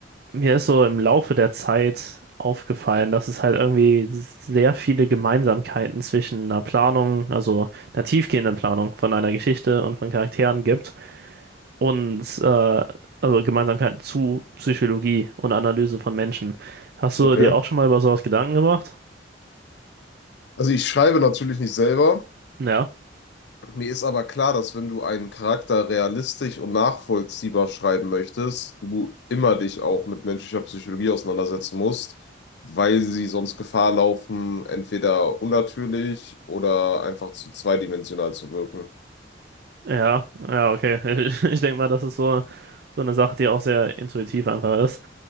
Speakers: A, on the right; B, on the left.
A: mir ist so im Laufe der Zeit aufgefallen, dass es halt irgendwie sehr viele Gemeinsamkeiten zwischen einer Planung, also einer tiefgehenden Planung von einer Geschichte und von Charakteren gibt und äh, also Gemeinsamkeiten zu Psychologie und Analyse von Menschen. Hast
B: okay.
A: du dir auch schon mal über sowas Gedanken gemacht?
B: Also ich schreibe natürlich nicht selber.
A: Ja,
B: Mir ist aber klar, dass wenn du einen Charakter realistisch und nachvollziehbar schreiben möchtest, du immer dich auch mit menschlicher Psychologie auseinandersetzen musst, weil sie sonst Gefahr laufen, entweder unnatürlich oder einfach zu zweidimensional zu wirken.
A: ja, ja, okay. <laughs> Ich, ich denke mal, das ist so, so eine Sache, die auch sehr intuitiv einfach ist.